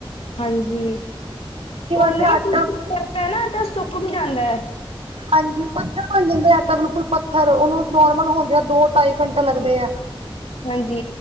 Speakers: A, on the left; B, on the right.
A: ਹਾਂਜੀ
B: ਕਈ
A: ਉਹਨਾਂ
B: ਵਾਰ ਤੇ
A: ਨਾ
B: ਆਟਾ
A: <unintelligible> ਹੈ ਨਾ ਤਾਂ ਸੁੱਕ ਵੀ ਜਾਂਦਾ ਹੈ।
B: ਹਾਂਜੀ ਪੱਥਰ ਬਣ ਜਾਂਦੇ ਆਟਾ ਬਿਲਕੁਲ ਪੱਥਰ ਉਹਨੂੰ ਨੋਰਮਲ ਹੁੰਦੇ ਆ ਦੋ ਢਾਈ ਘੰਟੇ ਲੱਗਦੇ ਆ।
A: ਹਾਂਜੀ